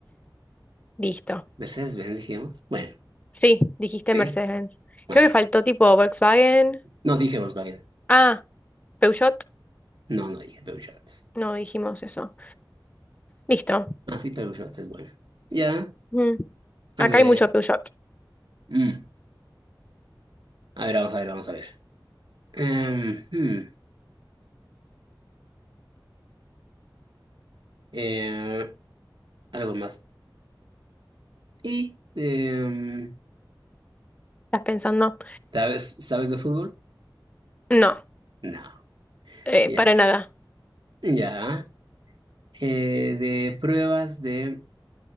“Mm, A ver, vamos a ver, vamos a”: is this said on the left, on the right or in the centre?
Right